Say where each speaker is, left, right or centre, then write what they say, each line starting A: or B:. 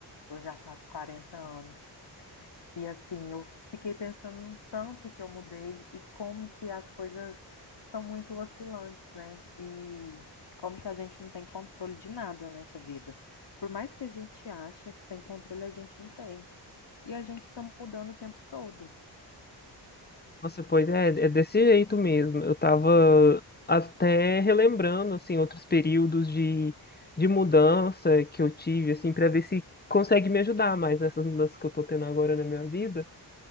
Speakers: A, on the left; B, on the left.
A: eu já faço 40 anos. E assim, eu fiquei pensando no tanto que eu mudei e como que as coisas são muito oscilantes, né? E como que a gente não tem controle de nada nessa vida. Por mais que a gente ache que tem controle, a gente não tem. E a gente está mudando o tempo todo.
B: Nossa, pois é, é desse jeito mesmo. Eu tava até relembrando, assim, outros períodos de, de mudança que eu tive, assim, para ver se consegue me ajudar mais nessas mudanças que eu tô tendo agora na minha vida.